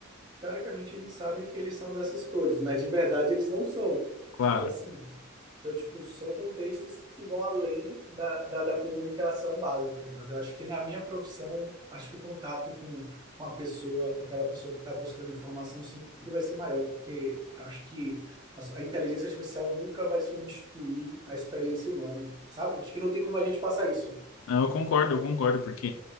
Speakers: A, on the right; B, on the left.
A: teoricamente a gente sabe que eles são dessas cores, mas de verdade eles não são.
B: Claro.
A: Então, assim, então, tipo, são contextos que vão além da, da, da comunicação básica, tá ligado? Eu acho que na minha profissão, acho que o contato com, com a pessoa, com aquela pessoa que está buscando informação, sempre vai ser maior, porque acho que a, a inteligência artificial nunca vai substituir a experiência humana, sabe? Acho que não tem como a gente passar isso.
B: Não, Eu concordo, eu concordo, porque